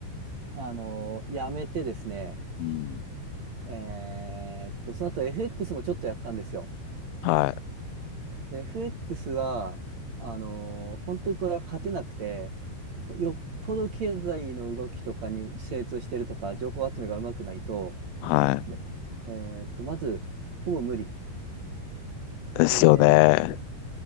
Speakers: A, on the right (about 50°); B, on the left (about 90°).
A: あのーやめてですね、
B: うん。
A: えーっと、その後 FX もちょっとやったんですよ。
B: はい。
A: で FX は、あのー本当にこれは勝てなくて、よっぽど経済の動きとかに精通してるとか、情報集めがうまくないと、
B: は
A: で、えーっと、まず、ほぼ無理。
B: い。ですよね。
A: で、